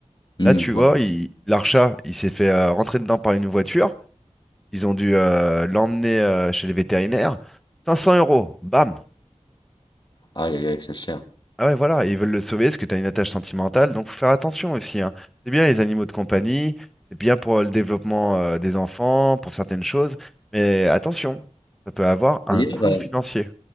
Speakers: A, on the left; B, in the centre.
A: Hmm,
B: Là, tu vois,
A: ouais.
B: il- l'archat, il s'est fait euh, rentrer dedans par une voiture. Ils ont dû euh, l'emmener euh, chez les vétérinaires. 500 euros, bam.
A: Aïe, aïe, aïe, c'est cher.
B: Ah ouais, voilà, ils veulent le sauver parce que tu as une attache sentimentale, donc faut faire attention aussi, hein. C'est bien les animaux de compagnie, c'est bien pour euh, le développement euh, des enfants, pour certaines choses, mais attention, ça peut avoir un
A: D'ailleurs,
B: coût
A: euh,
B: financier.